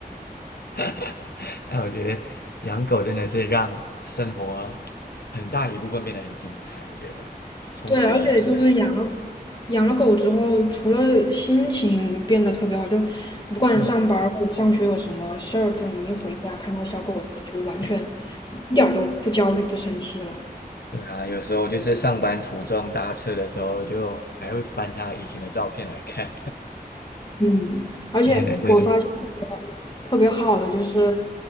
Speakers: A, on the left (about 80°); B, on the left (about 30°).
A: <laughs> 那我觉得养狗真的是让生活很大一部分变得很精彩，我觉得充实了很多。
B: 对，而且就是养了养了狗之后，除了心情变得特别好，就不管上班儿或者上学有什么事儿，
A: 嗯，
B: 就你一回家看到小狗，
A: 对
B: 就完全
A: 对
B: 一点儿都不焦虑、不生气了。
A: 对啊，有时候就是上班途中搭车的时候，就还会翻他以前的照片来看，
B: 嗯，
A: <laughs>
B: 而且我发现特别特别好的就是，
A: 而且呢，就是